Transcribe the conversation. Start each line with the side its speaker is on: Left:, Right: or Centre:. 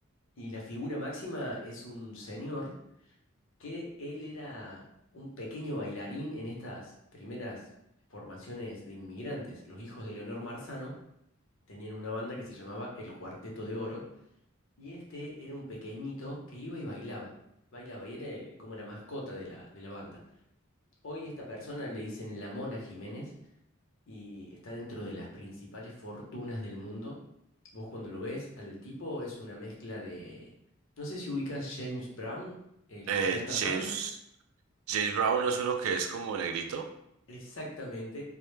Left: Y la figura máxima es un señor que él era un pequeño bailarín en estas primeras formaciones de inmigrantes, los hijos de Leonor Marzano tenían una banda que se llamaba El Cuarteto de Oro y este era un pequeñito que iba y bailaba. Bailaba y era el- como la mascota de la, de la banda. Hoy esta persona le dicen La Mona Jiménez y está dentro de las principales fortunas del mundo. Vos cuando lo ves al tipo es una mezcla de... No sé si ubicas James Brown, el
Right: Eh,
Left: que canta
Right: James,
Left: funk.
Right: James Brown es uno que es como negrito.
Left: Exactamente,